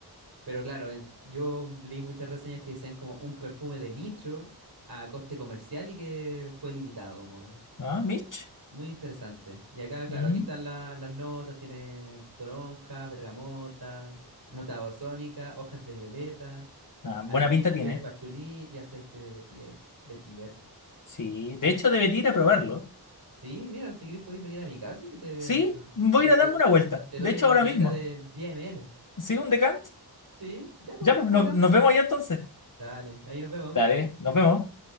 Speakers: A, on the right; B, on the left.
A: Pero claro, yo leí muchas reseñas que decían como un perfume de nicho a coste comercial y que fue limitado, como
B: Ah, Mitch.
A: muy interesante. Y acá, claro,
B: Mm.
A: aquí están la- las notas, tiene toronja, bergamota, nota ozónica, hojas de violeta,
B: Ah, buena
A: almizcle,
B: pinta tiene.
A: pachulí y aceite de vetiver. vetiver.
B: Sí, de hecho debería ir a probarlo.
A: Sí, mira, si querés podés venir a mi casa y te,
B: Sí, voy
A: te, do-
B: a ir a
A: te-
B: darme una vuelta.
A: te
B: De
A: doy
B: hecho,
A: una
B: ahora
A: botellita
B: mismo.
A: de 10 ml.
B: Sí, un decant.
A: Sí, ya pues,
B: Ya,
A: ven
B: pues
A: para
B: nos,
A: acá.
B: nos vemos ahí entonces.
A: Dale, ahí nos vemos.
B: Dale, nos vemos.